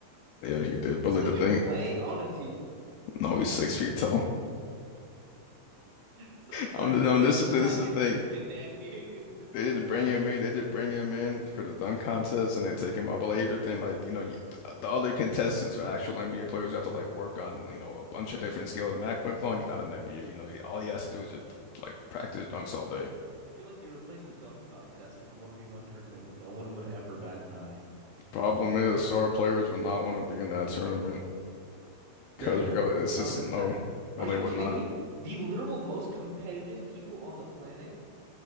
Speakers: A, on the left; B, on the right.
A: Yeah, he did,
B: Is
A: but like
B: he
A: the thing,
B: even playing on a team?
A: no, he's six feet tall.
B: So what?
A: I'm,
B: Do
A: I'm
B: they
A: this
B: just
A: is the,
B: have
A: this is
B: him
A: the thing.
B: to win the NBA <laughs>
A: They
B: dunk
A: didn't bring
B: contest?
A: him in. They just bring him in for the dunk contest, and they take him out. But like, you're like you know, you, the other contestants are actual NBA players. who have to like work on you know a bunch of different skills. Mac McClung, he's not an NBA. You know, he- all he has to do is just like practice dunks all day.
B: I feel like you replace the dunk contest with the one v one tournament, no one would ever bat an eye.
A: Problem is, star players would not want to be in that tournament
B: Yeah,
A: because
B: they would.
A: it's
B: 100%.
A: just no, no,
B: Are
A: they
B: you
A: would
B: kidding
A: not.
B: me? The literal most competitive people on the planet